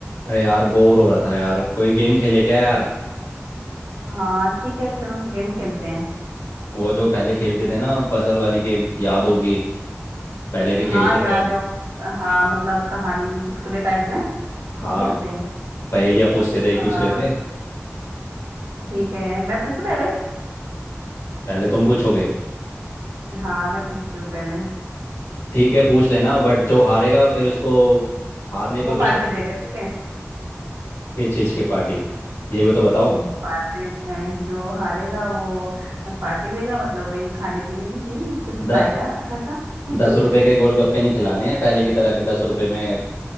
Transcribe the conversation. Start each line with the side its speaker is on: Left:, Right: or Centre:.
Left: अरे यार बोर हो रहा था यार कोई गेम खेले क्या यार
Right: हाँ ठीक है चल गेम खेलते हैं
Left: वो जो पहले खेलते
Right: मत-
Left: थे ना पजल वाली गेम याद होगी पहले भी
Right: हाँ
Left: खेलते
Right: याद
Left: थे हम
Right: है वो हाँ मतलब कहानी चुटकुले टाइप में
Left: हाँ
Right: वो खेलते हैं
Left: पहेलियाँ पूछते थे एक
Right: आ,
Left: दूसरे से
Right: ठीक है मैं पूछू पहले
Left: पहले तुम पूछोगे
Right: हाँ मैं पूछती हूँ पहले
Left: ठीक है पूछ लेना बट जो हारेगा फिर उसको हारने पे
Right: वो
Left: कुछ
Right: पार्टी
Left: रख
Right: देगा ठीक है
Left: किस चीज़ की पार्टी ये भी तो बताओ
Right: हम्म, पार्टी अ, जो हारेगा वो पार्टी देगा मतलब वही खाने पीने की चीज कुछ
Left: द,
Right: खिलाएगा अच्छा सा <laughs>
Left: दस रुपए के गोलगप्पे नहीं खिलाने हैं पहले की तरह कि दस रुपए में